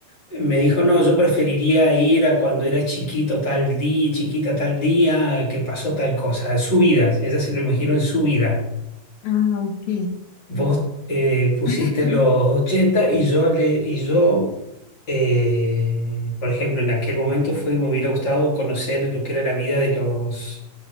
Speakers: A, on the left; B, on the left.
A: me dijo, "No, yo preferiría ir a cuando era chiquito tal día, chiquita tal día, que pasó tal cosa en su vida." Ella se lo imaginó en su vida.
B: Ah, ok.
A: Vos eh, pusiste
B: <laughs>
A: los 80 y yo le y yo eh, por ejemplo en aquel momento fue me hubiera gustado conocer lo que era la vida de los